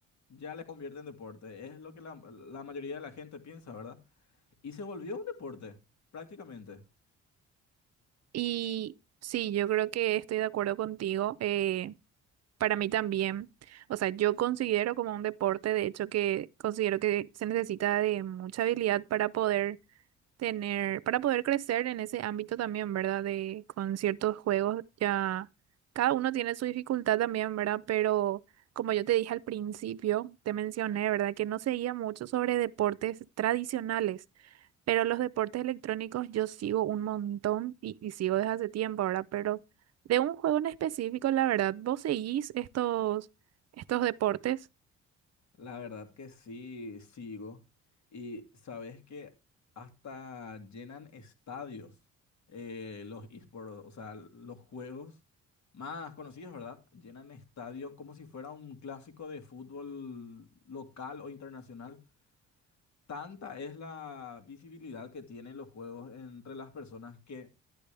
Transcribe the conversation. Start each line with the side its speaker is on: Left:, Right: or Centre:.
Left: ya le convierte en deporte. Es lo que la, la mayoría de la gente piensa, ¿verdad? Y se volvió un deporte, prácticamente.
Right: Y sí, yo creo que estoy de acuerdo contigo. eh, Para mí también, o sea, yo considero como un deporte, de hecho, que considero que se necesita de mucha habilidad para poder tener, para poder crecer en ese ámbito también, ¿verdad? De con ciertos juegos ya cada uno tiene su dificultad también, ¿verdad? Pero como yo te dije al principio, te mencioné, ¿verdad? Que no seguía mucho sobre deportes tradicionales. Pero los deportes electrónicos yo sigo un montón y, y sigo desde hace tiempo ahora, pero de un juego en específico, la verdad, vos seguís estos, estos deportes,
Left: La verdad que sí, sigo. Y sabes que hasta llenan estadios eh, los esports, o sea, los juegos más conocidos, ¿verdad? Llenan estadio como si fuera un clásico de fútbol local o internacional. Tanta es la visibilidad que tienen los juegos entre las personas que